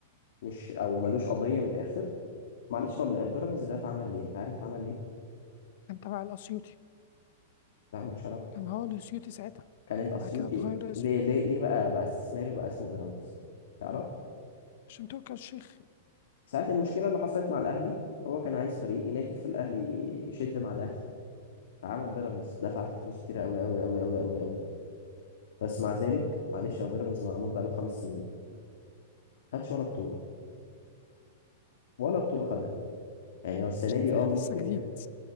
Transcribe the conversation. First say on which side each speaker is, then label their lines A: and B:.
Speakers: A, on the left (about 70°); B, on the left (about 55°).
A: مش او ملوش قضيه من الاخر معلش هو البيراميدز ده اتعمل ليه انت عارف اتعمل ليه
B: كان تبع الأسيوطي
A: ده ملوش علاقه
B: كان هو الأسيوطي ساعتها
A: كان الاسيوطي
B: بعد كده اتغير اسمه
A: ليه ليه ليه بقى بقى استثماري وبقى اسمه بيراميدز تعرف
B: عشان تركي آل الشيخ
A: ساعه المشكله اللي حصلت مع الاهلي هو كان عايز فريق يناكف في الاهلي يشد مع الاهلي فعمل بيراميدز دفع فيه فلوس كتير قوي قوي قوي قوي قوي قوي بس مع ذلك معلش هو بيراميدز معمول بقاله خمس سنين خدش ولا بطوله ولا بطوله خدها يعني هو السنة
B: عشان
A: دي
B: فريق
A: اه ممكن
B: لسه جديد
A: يا